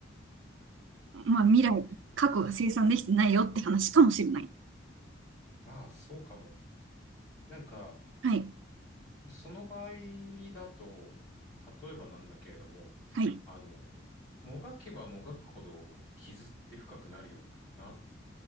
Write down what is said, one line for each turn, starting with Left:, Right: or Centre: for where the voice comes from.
Right: まあ未来、
Centre: まあ、
Right: 過去が生産できてないよって話かもしれない。
Centre: すまあーそうかも。なんか、
Right: はい。
Centre: その場合だと、例えばなんだけれども、
Right: はい。
Centre: あの、もがけばもがくほど傷って深くなるよなっ